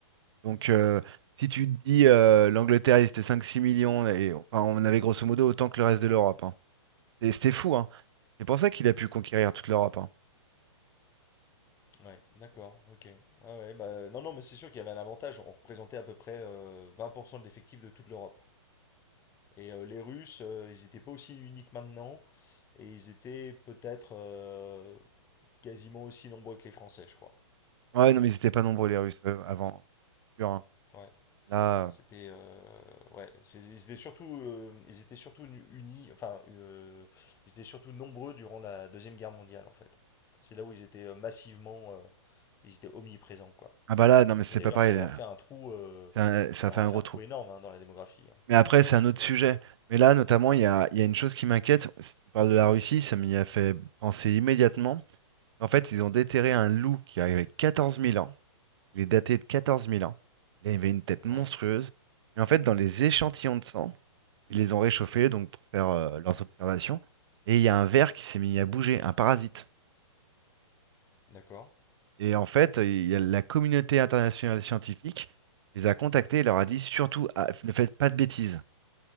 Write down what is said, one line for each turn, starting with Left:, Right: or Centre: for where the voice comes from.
Right: Donc, euh, si tu te dis euh, l'Angleterre, ils étaient 5-6 millions, et enfin, on avait grosso modo autant que le reste de l'Europe. hein. Et c'était fou, hein. C'est pour ça qu'il a pu conquérir toute l'Europe. hein.
Left: Ouais, d'accord, ok. Ouais, ouais, bah, non, non, mais c'est sûr qu'il y avait un avantage. On représentait à peu près euh, 20% de l'effectif de toute l'Europe. Et euh, les Russes, euh, ils n'étaient pas aussi uniques maintenant, et ils étaient peut-être euh, quasiment aussi nombreux que les Français, je crois.
Right: Ouais, non, mais ils n'étaient pas nombreux, les Russes, euh, avant. Sûr, hein.
Left: Ouais,
Right: Là,
Left: c'était, euh, ouais, c'est- ils étaient surtout, euh, ils étaient surtout nu- unis, enfin, euh, ils étaient surtout nombreux durant la Deuxième Guerre mondiale, en fait. C'est là où ils étaient euh, massivement, euh, ils étaient omniprésents, quoi.
Right: ah bah là, non mais c'est
Left: Et d'ailleurs,
Right: pas pareil.
Left: ça leur
Right: là.
Left: a fait un trou, euh,
Right: C'est un- ça
Left: ça leur
Right: fait
Left: a
Right: un
Left: fait
Right: gros
Left: un
Right: trou.
Left: trou énorme hein, dans la démographie. hein.
Right: Mais après, c'est un autre sujet. Mais là, notamment, il y a, il y a une chose qui m'inquiète. Si tu parles de la Russie, ça m'y a fait penser immédiatement. En fait, ils ont déterré un loup qui avait 14 000 ans. Il est daté de 14 000 ans. Il avait une tête monstrueuse.
Left: Ouais,
Right: Mais en fait, dans les échantillons de sang, ils les ont réchauffés donc pour faire euh, leurs observations. Et il y a un ver qui s'est mis à bouger, un parasite.
Left: d'accord.
Right: Et en fait, il y a la communauté internationale scientifique les a contactés et leur a dit surtout, ah, ne faites pas de bêtises.